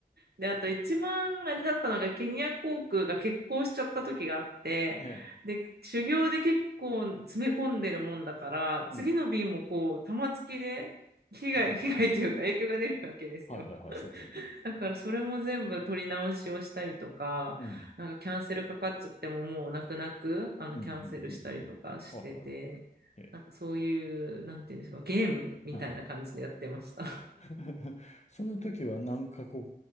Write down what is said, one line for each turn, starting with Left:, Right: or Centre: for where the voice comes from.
Right: で、あと一番あれだったのが、ケニア航空が欠航しちゃった時があって、
Left: <laughs> ね。
Right: で、修行で結構詰め込んでるもんだから、次の便もこう、
Left: うん。
Right: 玉突きで被害、
Left: うん。
Right: <laughs> 被害というか影響が出るわけですよ。
Left: うん。はいはいはい。
Right: <laughs>
Left: そうですよね。
Right: だからそれも全部取り直しをしたりとか、
Left: うん。
Right: なんかキャンセルかかっちゃってももう泣く泣く、あの、
Left: うん。
Right: キャンセルしたりとかしてて、
Left: うん。うん。うん。はいはいはい。ええ、
Right: なんかそういう、なんていうんですか、ゲームみたいな感じでやってました。
Left: はい。<laughs> その時は何カ国